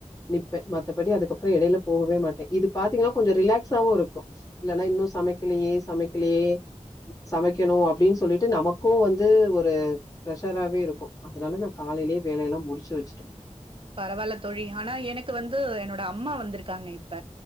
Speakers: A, on the left; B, on the right.
A: நிப்பே மத்தபடி அதுக்கப்பறோ எடேல போகவே மாட்டே இது பாத்தீங்கன்னா கொஞ்சோ ரிலாக்ஸாவு இருக்கு இல்லனா இன்னு சமைக்கலயே சமைக்கலயே சமைக்கணு அப்டின் சொல்லிட்டு நமக்கு வந்து ஒரு பிரஷராவே இருக்கு அதுனால நா காலேலயே வேலையெல்லா முடுச்சு வச்சுடே
B: பரவால்ல தோழி ஆனா எனக்கு வந்து என்னோட அம்மா வந்துருக்காங்க இப்ப